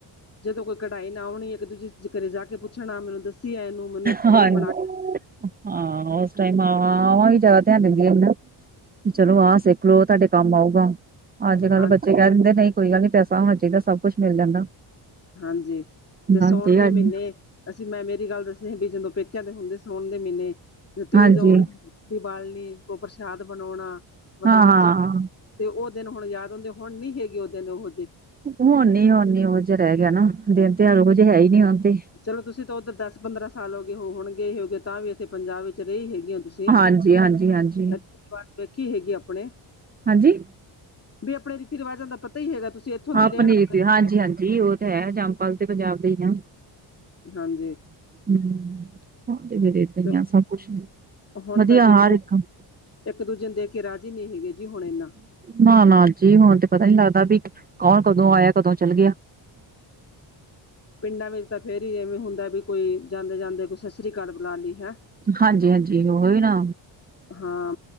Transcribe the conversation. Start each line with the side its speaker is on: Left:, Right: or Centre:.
Left: ਜਦੋਂ ਕੋਈ ਕਢਾਈ ਨਾ ਆਉਣੀ ਇੱਕ ਦੂਜੀੇ ਘਰੇ ਜਾ ਕੇ ਪੁੱਛਣਾ ਮੈਨੂੰ ਦੱਸੀ ਏ ਇਹਨੂੰ ਮੈਨੂੰ ਇੱਕ
Right: ਹਾਂਜੀ
Left: ਫੁੱਲ ਬਣਾ ਕੇ
Right: ਹਾਂ ਉਸ ਟਾਈਮ ਆ ਵੀ ਜ਼ਿਆਦਾ ਧਿਆਨ ਦੇਂਦਿਆ ਸੀ ਨਾ। ਚਲੋ ਆਹ ਸਿੱਖਲੋ ਤੁਹਾਡੇ ਕੰਮ ਆਊਗਾ ਅੱਜ ਕੱਲ
Left: ਹਾਂ
Right: ਬੱਚੇ ਕਹਿ ਦਿੰਦੇ ਨਹੀਂ ਕੋਈ ਗੱਲ ਨੀ ਪੈਸਾ ਹੋਣਾ ਚਾਹੀਦਾ ਸਭ ਕੁੱਛ ਮਿਲ ਜਾਂਦਾ।
Left: ਹਾਂਜੀ ਤੇ ਸੋਣ
Right: ਹਾਂਜੀ
Left: ਦੇ
Right: ਹਾਂਜੀ
Left: ਮਹੀਨੇ ਅਸੀਂ ਮੈਂ ਮੇਰੀ ਗੱਲ ਦੱਸਨੀ ਵੀ ਜਦੋਂ ਬਈ ਪੇਕਿਆਂ ਤੇ ਹੁੰਦੇ ਸੋਣ ਦੇ ਮਹੀਨੇ ਤੇ ਤੀਜ
Right: ਹਾਂਜੀ
Left: ਆਉਣ <unintelligible> ਬਾਲਣੀ ਕੋਈ ਪ੍ਰਸ਼ਾਦ ਬਣਾਉਣਾ ਮਤਲਬ
Right: ਹਾਂ ਹਾਂ
Left: ਤੇ ਉਹ ਦਿਨ ਹੁਣ ਯਾਦ ਹੁੰਦੇ ਹੁਣ ਨੀ ਹੈਗੇ ਉਹ ਦਿਨ ਉਹੋ ਜਿਹੇ।
Right: ਹੁਣ ਨੀ ਹੁਣ ਨੀ ਉਹ ਜਯਾ ਰਹਿ ਗਿਆ ਨਾ ਦਿਨ ਤਿਉਹਾਰ ਓਹੋ ਜਹੇ ਹੈ ਈ ਨੀ ਹੁਣ ਤੇ।
Left: ਚਲੋ ਤੁਸੀਂ ਤਾਂ ਉੱਧਰ ਦਸ ਪੰਦਰਾਂ ਸਾਲ ਹੋ ਗਏ ਹੋਣਗੇਏ ਹੋਗੇ ਤਾਂ ਵੀ ਇੱਥੇ ਪੰਜਾਬ ਵਿੱਚ ਰਹੀ ਹੈਗੀੀਆਂ ਤੁਸੀਂ।
Right: ਹਾਂਜੀ ਹਾਂਜੀ ਹਾਂਜੀ
Left: ਰੀਤੀ ਵੇਖੀ ਹੈਗੀ ਆਪਣੇ
Right: ਹਾਂਜੀ
Left: ਵੀ ਆਪਣੇ ਰੀਤੀ ਰਿਵਾਜਾਂ ਦਾ ਪਤਾ ਹੀ ਹੈਗਾ ਤੁਸੀਂ ਇੱਥੋਂ ਦੀ
Right: ਹਾਂ
Left: ਰਹਿਣ
Right: ਪਨੀਰ
Left: ਵਾਲੇ
Right: ਦੀ ਹਾਂਜੀ ਹਾਂਜੀ ਉਹ ਤੇ ਹੈ ਜੰਪਾਲ ਤੇ ਪੰਜਾਬ ਦੇ ਹੀ ਆ
Left: ਹਾਂਜੀ
Right: <unintelligible>
Left: ਤੇ ਹੁਣ ਤਾਂ ਜੀ ਇੱਕ ਦੂਜੇ ਇੱਕ ਦੂਜੇ ਨੂੰ ਦੇਖ ਕੇ ਰਾਜ਼ੀ ਨਹੀਂ ਹੈਗੇ ਜੀ ਹੁਣ ਇਨਾ
Right: ਨਾ ਨਾ ਜੀ ਹੁਣ ਤੇ ਪਤਾ ਨੀ ਲੱਗਦਾ ਵੀ ਕੌਣ ਕਦੋਂ ਆਇਆ ਕਦੋਂ ਚੱਲ ਗਿਆ
Left: ਪਿੰਡਾਂ ਵਿੱਚ ਤਾਂ ਫੇਰ ਹੀ ਐਵੇਂ ਹੁੰਦਾ ਵੀ ਕੋਈ ਜਾਂਦੇ ਜਾਂਦੇ ਕੋਈ ਸਤਿ ਸ੍ਰੀ ਅਕਾਲ ਬੁਲਾ ਲਈ ਹੈ
Right: ਹਾਂਜੀ ਹਾਂਜੀ ਉਹੀ ਨਾ
Left: ਹਾਂ